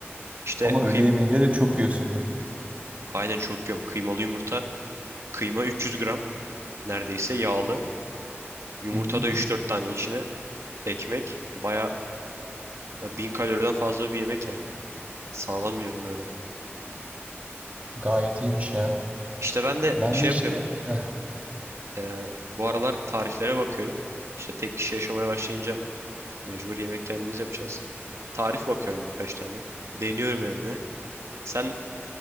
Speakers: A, on the right (about 85°); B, on the right (about 35°).
A: İşte
B: Ama
A: kıym
B: öğle yemeğinde de çok yiyorsundur.
A: aynen çok yiyorum. Kıymalı yumurta. Kıyma 300 gram neredeyse yağlı. Yumurta
B: Hı hı.
A: da 3-4 tane içine. Ekmek. Baya 1000 kaloriden fazla bir yemek yani. Sağlam yiyorum öyle.
B: Gayet iyiymiş ya.
A: İşte ben de
B: Ben
A: şey
B: de işte
A: yapıyorum.
B: heh,
A: Ee, bu aralar tariflere bakıyorum. İşte tek kişi yaşamaya başlayınca Mecbur yemek kendimiz yapacağız. Tarif bakıyorum birkaç tane. Deniyorum evde. Sen